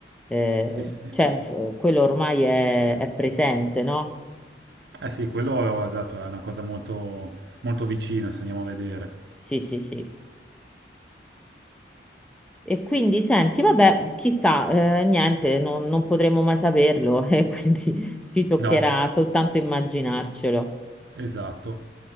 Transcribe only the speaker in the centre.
eh,
cioè, f- quello ormai è, è presente, no?
Sì, sì, sì. E quindi senti, vabbè, chissà, eh, niente, non, non potremo mai saperlo <laughs> e quindi ci toccherà
soltanto immaginarcelo.